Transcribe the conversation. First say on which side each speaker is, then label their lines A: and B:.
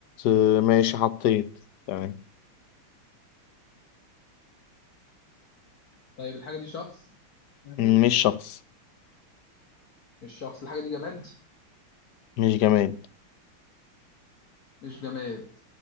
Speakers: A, on the left; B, on the left.
A: آه، ماشي حطيت تمام
B: طيب الحاجه دي شخص
A: مش شخص
B: مش شخص الحاجه دي جماد
A: مش جماد
B: مش جماد